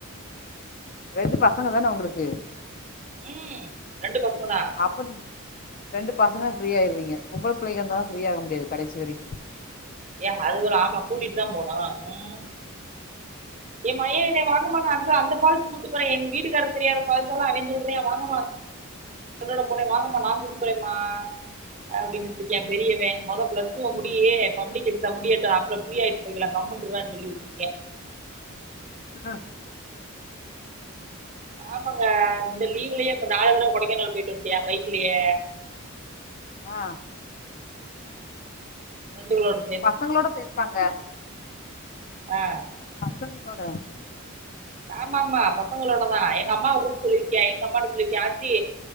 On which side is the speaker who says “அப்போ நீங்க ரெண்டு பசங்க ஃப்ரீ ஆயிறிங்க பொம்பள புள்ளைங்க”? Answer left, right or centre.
Left